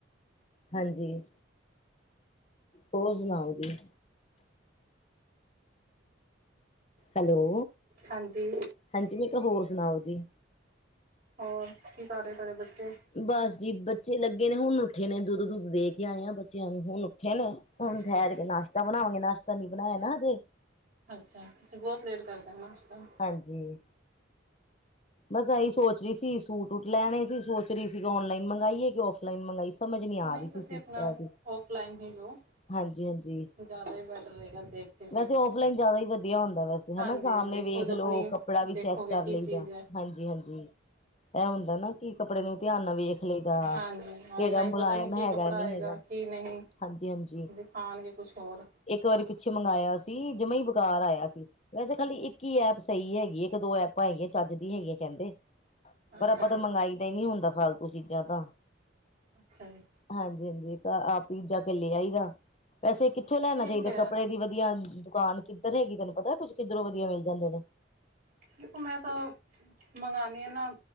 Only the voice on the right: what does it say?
ਹਾਂਜੀ
ਹੋਰ ਕੀ ਕਰ ਰੇ ਤੁਹਾਡੇ ਬੱਚੇ
ਅੱਛਾ
ਜੀ,
ਅੱਛਾ ਤੁਸੀਂ ਬੋਤ ਲੇਟ ਕਰਦੇ ਓ ਨਾਸ਼ਤਾ
ਨਹੀਂ
ਤੁਸੀਂ
ਆਪਣਾ
ਔਫਲਾਈਨ ਹੀ ਲਓ
ਜ਼ਿਆਦਾ ਹੀ ਬੈਟਰ ਰਹੇਗਾ ਦੇਖ ਕੇ ਚੀਜ਼।
ਹਾਂਜੀ-ਹਾਂਜੀ
ਖੁਦ
ਆਪਣੀ
ਦੇਖੋਗੇ
ਕੀ
ਚੀਜ਼
ਹੈ।
ਹਾਂਜੀ, ਔਨਲਾਈਨ
ਪਤਾ ਨੀ ਕੀ
ਕੱਪੜਾ
ਆਏਗਾ,
ਕੀ ਨਈ।
ਦਿਖਾਣਗੇ ਕੁਛ ਹੋਰ
ਅੱਛਾ
ਜੀ
ਅੱਛਾ ਜੀ।
ਠੀਕ
ਹੈ
ਦੇਖੋ, ਮੈਂ ਤਾ ਮੰਗਾਨੀ ਹਾਂ ਨਾ